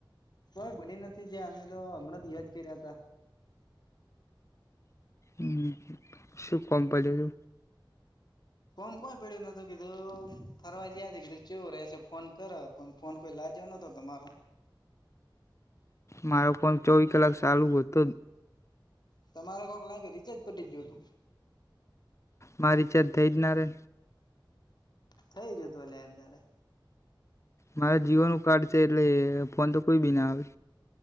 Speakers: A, on the left; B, on the left.
A: કોઈ ભૂલી નથી ગયા અમે તો હમણાં જ યાદ કર્યા હતા
B: હમ્મ શું કોમ પડયુ તું
A: કોમ કોઈ પેડીયું નતું કીધું ફરવા જયાતા કીધું ચેઉ રેશે ફોન કર પણ ફોન કોઈ લાગયો નતો તમારો
B: મારો ફોન ચોવીસ કલાક ચાલુ હતો
A: તમારે કોક લાગે રિચાર્જ પટી ગયો તું
B: માર રીચાર્જ થઈ જ ના રે
A: થઈ રહ્યું હતું અલ્યા એમ દાડે
B: મારા જીઓનુ કાર્ડ છે એટલે ફોન તો કોઈ બી ના આવે